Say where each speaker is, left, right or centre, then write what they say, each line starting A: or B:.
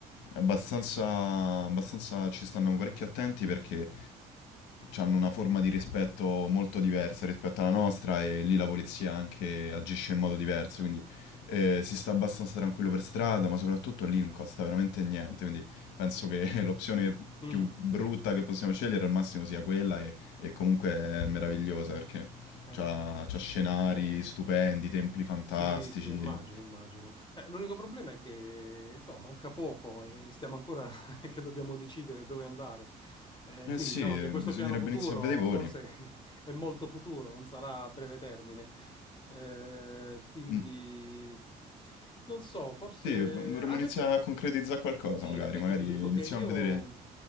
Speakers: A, on the left; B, on the left.
A: abbastanza, abbastanza... ci stanno parecchio attenti perché hanno una forma di rispetto molto diversa rispetto alla nostra e lì la polizia anche agisce in modo diverso, quindi eh, si sta abbastanza tranquillo per strada, ma soprattutto lì non costa veramente niente, quindi penso che <laughs> l'opzione
B: Mm.
A: più brutta che possiamo scegliere al massimo sia quella e, e comunque è meravigliosa perché
B: Eh.
A: c'ha, c'ha scenari
B: Eh,
A: stupendi, templi fantastici.
B: Sì, sì, immagino, immagino. Eh, l'unico problema è che, insomma, manca poco e stiamo ancora <laughs> che dobbiamo decidere dove andare. Eh,
A: Eh
B: quindi
A: sì,
B: diciamo che questo
A: bisognerebbe
B: piano futuro
A: iniziare a vedere i voli.
B: forse <laughs> è molto futuro, non sarà a breve termine. Eh, quindi
A: Mm,
B: non so, forse
A: Sì, dovremmo
B: a
A: iniziare
B: me
A: a concretizzare qualcosa
B: sì,
A: magari,
B: in effetti
A: magari
B: ti dico
A: iniziamo
B: che io
A: a vedere...